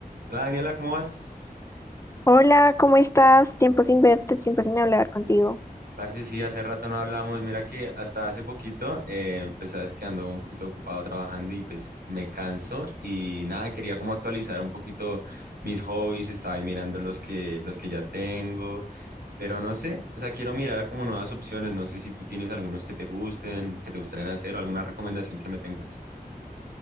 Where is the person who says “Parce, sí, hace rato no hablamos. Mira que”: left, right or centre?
Right